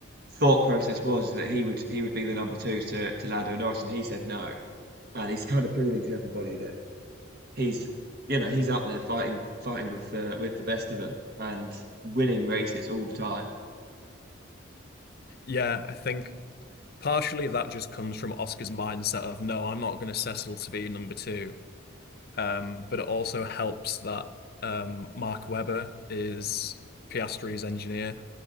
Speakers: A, on the right (about 50°); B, on the left (about 50°).
A: thought process was that he would he would be the number two to to Lando Norris, and he said no, and he's kind of proving to everybody that he's you know he's up there fighting fighting with the with the best of them and winning races all the time.
B: Yeah, I think partially that just comes from Oscar's mindset of no, I'm not going to settle to be number two. Um, but it also helps that um, Mark Webber is Piastri's engineer,